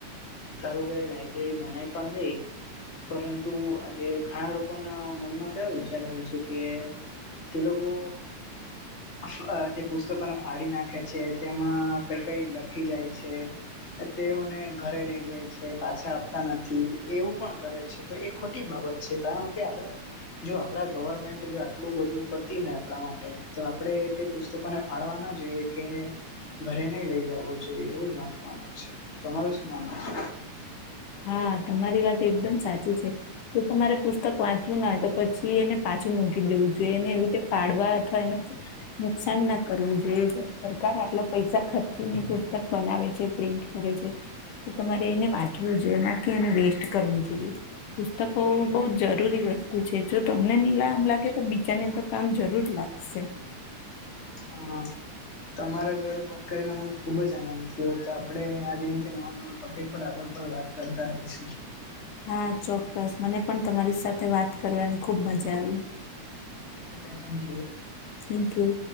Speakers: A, on the left; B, on the left.
A: ધારુંકે લાઈબ્રેરી બનાવી પણ દઈ પરંતુ આજે ઘણા લોકોના મનમાં કેવા વિચાર હોય છે કે તે લોકો
B: <unintelligible>
A: અથવા તે પુસ્તકોને ફાડી નાખે છે, તેમાં કંઈ-કંઈ લખી જાય છે. તેઓને ઘરે લઇ જાય છે, પાછા આપતા નથી એવું પણ કરે છે. તો એ ખોટી બાબત છે, કારણ કે આપણે જો આપડા ગવર્મેન્ટ જો આટલું બધું કરતી હોય આપણા માટે તો આપણે તે પુસ્તકોને ફાળવા ના જોઈએ કે ઘરે નઈ લઈ જવું જોઈએ એવું જ મારું માનવું છે તમારું શું માનવું છે
B: હા તમારી વાત એકદમ સાચી છે જો તમારે પુસ્તક વાંચવું ના હોય તો પછી એને પાછું મૂકી દેવું જોઈએ એને એવી રીતે ફાળવા અથવા એનું નુકસાન ના કરવું જોઈએ સરકાર આટલા પૈસા ખર્ચીને પુસ્તક બનાવે છે. પ્રિન્ટ કરે છે, તો તમારે એને વાંચવું જોઈએ, ના કે એને વેસ્ટ કરવું જોઈએ. પુસ્તકો બહુ જરૂરી વસ્તુ છે, જો તમને નીલામ લાગે તો બીજાને તો કામ જરૂર લાગશે.
A: હા. તમારા જોડે વાત કરીને મને ખૂબ જ આનંદ થયો. તો આપણે આજ રીતે નવા-નવા ટોપિક પર આગળ પણ વાત કરતા રહીશું.
B: હા ચોક્કસ. મને પણ તમારી સાથે વાત કરવાની ખુબ મજા આવી.
A: Okay, thank you.
B: Thank you.